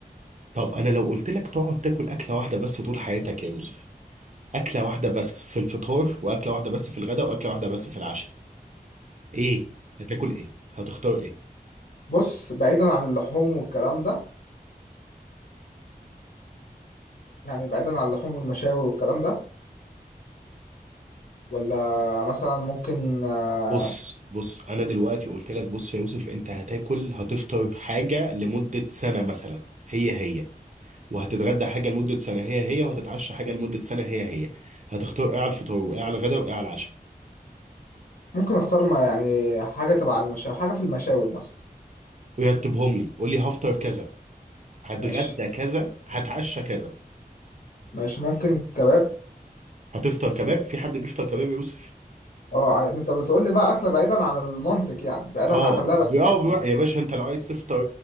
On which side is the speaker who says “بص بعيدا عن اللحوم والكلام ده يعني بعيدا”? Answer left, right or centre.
Left